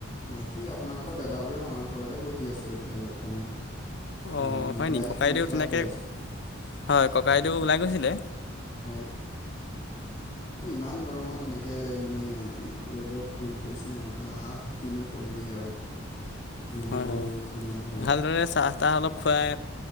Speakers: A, on the left; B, on the left.
A: বাকী আপোনালোকৰ দাদাবোৰ আমাৰ ঘৰতে বহি আছে এতিয়া বৰ্তমান তেওঁ
B: অ'ম হয়
A: মোবাইল
B: নিকি ককাইদেউ
A: ফোন চোৱাত
B: তেনেকৈ
A: ব্যস্ত
B: হয় ককাইদেউ ওলাই গৈছিলে
A: হয়। ইমান গৰমত এনেকে মানে ৰ'দত ঘূৰি ফুৰিছে মই বোলে আহ কিনো কৰি কি‌ আৰু মানে
B: হয়
A: গৰমখনত
B: হয়
A: ধৰক
B: ভালদৰে চাহ তাহ অলপ খুৱাই